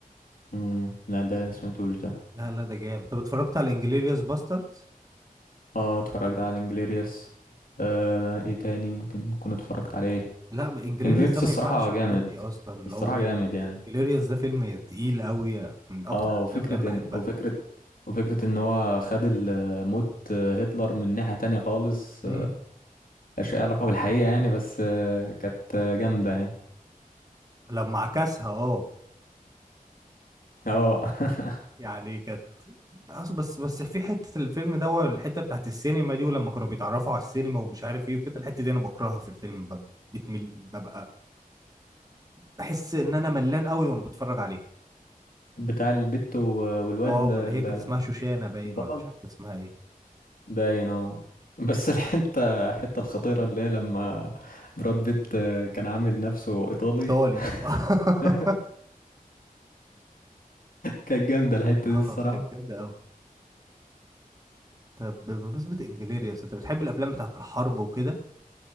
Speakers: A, on the left (about 70°); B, on the right (about 25°).
A: مم. لا ده ما سمعتوش ده
B: لا لا ده جامد طب اتفرجت على انجليريوس باستردز
A: اه اتفرجت على انجليريوس آه ايه تاني ممكن اكون اتفرجت عليه
B: لا انجليريوس
A: انجليريوس
B: ده ما
A: الصراحة
B: ينفعش يعدي
A: جامد
B: اصلا اللي
A: الصراحة
B: هو ايه
A: جامد يعني
B: انجليريوس ده فيلم تقيل قوي من اكتر
A: اه
B: الافلام
A: وفكرة
B: اللي انا بحبها
A: ان وفكرة وفكرة ان هو خد ال- موت هتلر من ناحية تانية خالص
B: امم
A: ملهاش أي علاقة بالحقيقة يعني بس آه، كانت آه، جامدة يعني
B: لما عكسها اه
A: اه <laughs>
B: يعني كانت بس بس بس في حته الفيلم ده والحته بتاعت السينما دي ولما كانوا بيتعرفوا على السينما ومش عارف ايه وكده الحته دي انا بكرهها في الفيلم بب- بتمل ببقى بحس ان انا ملان قوي وانا بتفرج عليها
A: بتاع البت و- والواد
B: اه
A: ده
B: اللي
A: ال-
B: هي كانت اسمها شوشانه باين
A: البطل
B: ولا مش عارف كانت اسمها ايه
A: باين اه بس الحتة الحتة الخطيرة اللي هي لما براد بيت آه، كان عامل نفسه إيطالي
B: ايطالي <laughs>
A: <laughs> كانت جامدة الحتة
B: اه
A: دي الصراحة
B: كانت جامده قوي طب بمناسبه انجليريس انت بتحب الافلام بتاعت الحرب وكده